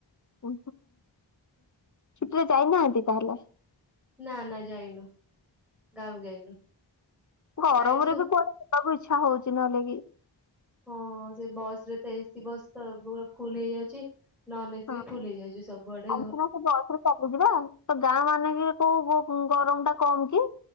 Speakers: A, on the left; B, in the centre.
A: ହୁଁ ଚିତ୍ର ଯାଇନାନ୍ତି। କିଲ
B: ନା ନା ଯାଇନୁ। ଗାଁ କୁ ଯାଇନୁ।
A: ଗରମରେ
B: ଯାଇଥିଲୁ
A: ବି କୁଆଡେ ଯାଇ ସବ ଇ୍ଛା ହଉଛି। ନହେଲେ କି
B: ହଁ ସେ ବସ ରେ ତେ ଏସିୀ ବସ୍ ତ ପୁରା ଫୁଲ ହେଇଯାଉଛି। ନନ ଏସି
A: ହଁ
B: ବି ଫୁଲ ହେଇଯାଉଛି ସବୁଆଡେ
A: ଆମେ ସନା ସେ ବସରେ ଚାଲିଯିବା ତ ଗାଁ ମାନେ କି କୋଉୋ ଗରମ ଟା କମ୍ କି